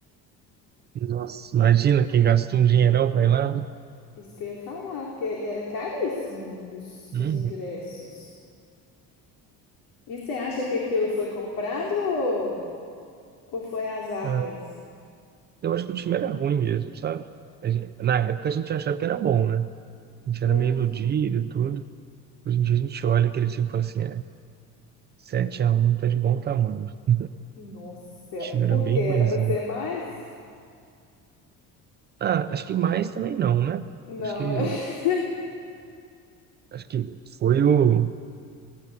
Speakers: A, on the right; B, on the left.
A: Nossa, imagina quem gastou um dinheirão para ir lá. né?
B: Isso que eu ia falar, porque era caríssimo, né, os,
A: Uhum.
B: os ingressos. E você acha que aquilo foi comprado ou, ou foi azar
A: Ah,
B: mesmo?
A: Eu acho que o time era ruim mesmo, sabe? A gente- na época a gente achava que era bom, né? A gente
B: Hum,
A: era meio iludido e tudo. Hoje em dia a gente olha aquele time e fala assim, é, sete a um, tá de bom tamanho. O
B: nossa,
A: time era
B: por
A: bem
B: quê? Era
A: ruinzinho.
B: para ser mais?
A: Ah, acho que mais também não, né?
B: Não,
A: Acho que,
B: né? <laughs>
A: acho que foi o,